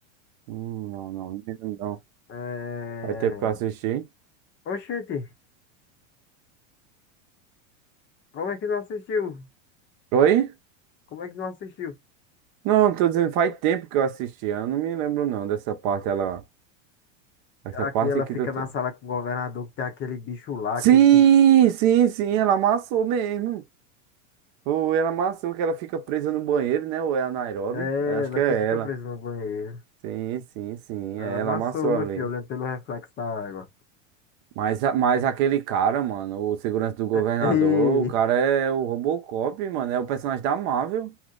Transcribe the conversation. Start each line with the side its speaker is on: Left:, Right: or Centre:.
Right: Hum, não, não, não me lembro, não.
Left: É...
Right: Faz tempo que eu assisti.
Left: Oxente, como é que não assistiu?
Right: Oi?
Left: Como é que não assistiu?
Right: Não, tô dizendo, faz tempo que eu assisti. Eu não me lembro, não, dessa parte, ela. Essa
Left: Aqui
Right: parte
Left: ela
Right: que
Left: fica
Right: tu.
Left: na sala com o governador que tem aquele bicho lá,
Right: Sim,
Left: aquele que
Right: sim, sim, ela amassou mesmo. Ou ela amassou que ela fica presa no banheiro, né? Ou é a Nairobi?
Left: é
Right: Eu Acho
Left: ela
Right: que é
Left: que fica
Right: ela.
Left: presa no banheiro.
Right: Sim, sim, sim,
Left: Ela
Right: é
Left: amassou
Right: ela amassou
Left: meu
Right: ali.
Left: filho olhando pelo reflexo da água.
Right: Mas, a- mas aquele cara, mano, o segurança do governador,
Left: <laughs> E
Right: o cara é o Robocop, mano, é o personagem da Marvel.